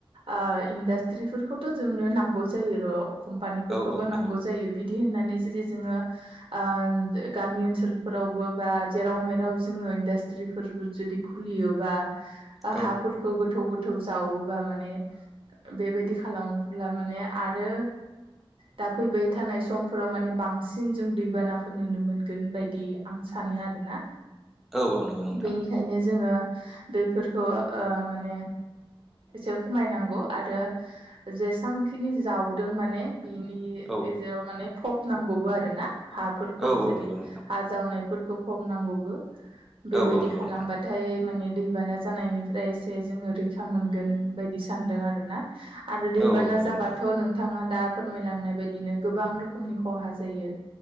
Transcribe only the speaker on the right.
ओ इन्डास्ट्रिफोरखौथ' जोंनो नांगौ जायो र'। कम्पानिफोरखौबो
नांगौ जायो बिदि होननानै ओ जेरै जोङो ओ गामि ओनसोलफोरावबो बा जेराव मेराव जोङो इनदा रिफोरबो जुदि खुलियोबा ओ
हाफोरखौ गोथौ गोथौ जाव बा माने बेबायदि खालामोब्ला माने आरो दा फैबाय थानाय समफोराव माने बांसिन जों दैबानाखौ नुनो मोनगोन बायदि आं सानो आरोना।
बेनिखायनो जोङो बेफोरखौ ओ माने एसे खमायनांगौ आरो जेसबांखिनि जावदों माने माने बिनि
गेजेराव माने फब नांगौबो आरो ना हाफोरखौ
जेरै
हा जावनायफोरखौ फम नांगौबो बेबायदि
खालामबाथाय
माने दैबाना जानायनिफ्राय एसे जोङो रैखा मोनगोन बायदि सानदों आर ना आरो दैबाना
जाबाथ
नोंथाङा दा फोरमायलांनाय बायदिनो गोबां रोखोमनि खहा जायो